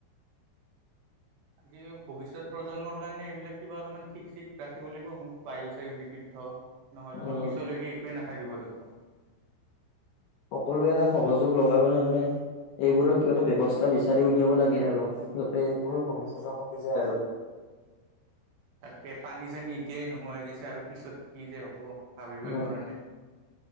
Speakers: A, on the right (about 70°); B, on the left (about 75°).
A: উম ভৱিষ্যত প্ৰজন্মৰ কাৰণে এইবিলাক কিবা অলপমান ঠিক চিক ৰাখিব লাগিব আ বায়ু চায়ু বিশুদ্ধ নহ'লে
B: উম
A: বা পিছলৈকে একোৱে নাথাকিব দোখো।
B: সকলোৱে এটা সহযোগ লগাবলৈ মানে এইবোৰৰ কিবা এটা ব্যৱস্থা বিচাৰি উলিয়াব লাগে আৰু যাতে এইবোৰ ভৱিষ্যতে কমি যায় আৰু।
A: তাকে পানী চানী এতিয়াই নোহোৱা হৈ গৈছে আৰু পিছত কি যে হ'ব ভাবিবই
B: উম
A: পৰা নাই।